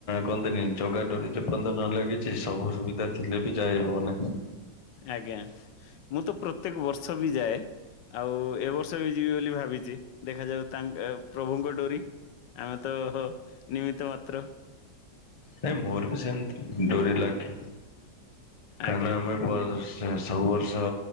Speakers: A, on the left (about 30°); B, on the left (about 80°).
A: କୁହନ୍ତିନି ଜଗା ଡୋରି ଯୋଉ ଯେପର୍ଯ୍ୟନ୍ତ ନ ଲାଗିଛି ସବୁ ସୁବିଧା ଥିଲେ ବି ଯାଇ ହବନି।
B: ଆଜ୍ଞା ମୁଁ ତ ପ୍ରତ୍ୟେକ ବର୍ଷ ବି ଯାଏ। ଆଉ ଏ ବର୍ଷ ବି ଯିବି ବୋଲି ଭାବିଛି ଦେଖାଯାଉ ତାଙ୍କ ପ୍ରଭୁଙ୍କ ଡୋରି ଆମେ ତ ହ ନିମିତ୍ତ ମାତ୍ର।
A: ନାଇଁ ମୋର ବି ସେମିତି ଡୋରି ଲାଗେ କାରଣ
B: ଆଜ୍ଞା
A: ଆମେ ସବୁ ବର୍ଷ